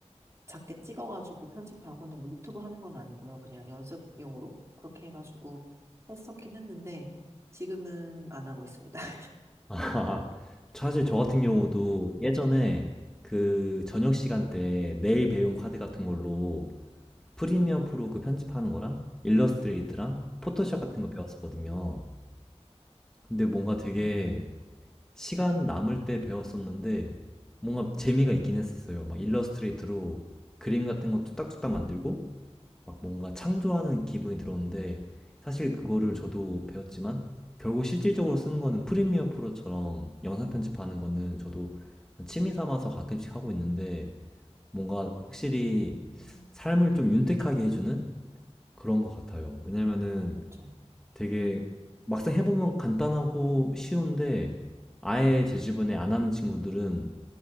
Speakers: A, on the right; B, in the centre.
A: 작게 찍어가지고 편집하고, 근데 뭐 유튜브 하는 건 아니고요. 그냥 연습용으로 그렇게 해가지고 했었긴 했는데, 지금은 안 하고 있습니다. <laughs>
B: 아, <laughs> 사실 저 같은 경우도 예전에 그 저녁 시간 때 내일 배운 카드 같은 걸로 프리미어 프로 그 편집하는 거랑 일러스트레이트랑 포토샵 같은
A: 네.
B: 거 배웠었거든요. 근데 뭔가 되게
A: 음,
B: 시간 남을 때 배웠었는데 뭔가 재미가 있긴 했었어요. 막 일러스트레이트로 그림 같은 거 뚝딱뚝딱 만들고 막 뭔가 창조하는
A: 음,
B: 기분이 들었는데 사실 그거를 저도 배웠지만 결국 실질적으로 쓰는 거는 프리미어 프로처럼 영상 편집하는 거는 저도 취미 삼아서 가끔씩 하고 있는데 뭔가 확실히
A: 음.
B: 삶을 좀 윤택하게 해주는 그런 것 같아요. 왜냐면은
A: 그렇죠.
B: 되게
A: 음,
B: 막상 해보면 간단하고 쉬운데 아예 제 주변에 안 하는 친구들은